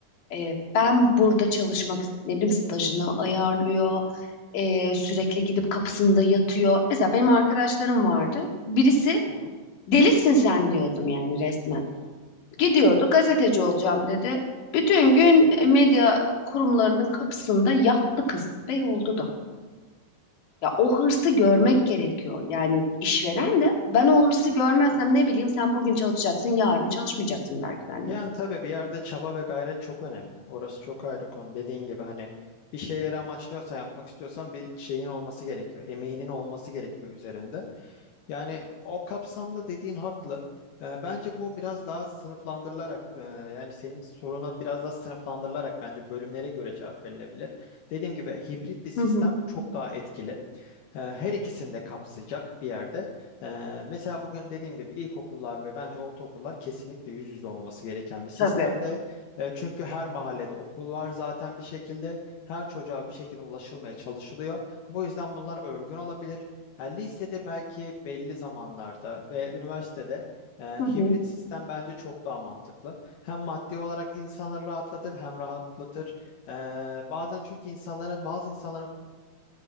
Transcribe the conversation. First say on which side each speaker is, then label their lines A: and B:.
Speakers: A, on the left; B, on the left.
A: E, ben burada çalışmak, ne bileyim stajını ayarlıyor. e, sürekli gidip kapısında yatıyor. Mesela benim arkadaşlarım vardı. Birisi
B: Hı
A: delisin sen diyordum yani resmen. Gidiyordu,
B: hı.
A: gazeteci olacağım dedi. Bütün gün e, medya kurumlarının kapısında yattı kız ve oldu da. Ya o hırsı görmek gerekiyor. Yani işveren de ben o hırsı görmezsem ne bileyim sen bugün çalışacaksın, yarın çalışmayacaksın belki benimle.
B: Yani tabii bir yerde çaba ve gayret çok önemli. Orası çok ayrı konu. Dediğin gibi hani bir şeyleri amaçlıyorsan yapmak istiyorsan bir şeyin olması gerekiyor. Emeğinin olması gerekiyor üzerinde. Yani o kapsamda dediğin haklı. Ee, bence bu biraz daha sınıflandırılarak e, yani senin soruna biraz daha sınıflandırılarak bence bölümlere göre cevap verilebilir. Dediğim gibi hibrit bir sistem
A: Hı hı.
B: çok daha etkili. E, Her ikisini de kapsayacak bir yerde. E, Mesela bugün dediğim gibi ilkokullar ve bence ortaokullar kesinlikle yüz yüze olması gereken bir sistemde.
A: Tabii.
B: E, Çünkü her mahallede okul var zaten bir şekilde. Her çocuğa bir şekilde ulaşılmaya çalışılıyor. Bu yüzden bunlar örgün olabilir. Yani lisede belki belli zamanlarda ve üniversitede e, hibrit
A: Hı hı.
B: sistem bence çok daha mantıklı. Hem maddi olarak insanları rahatlatır hem rahatlatır. E, bazen çünkü insanların bazı insanların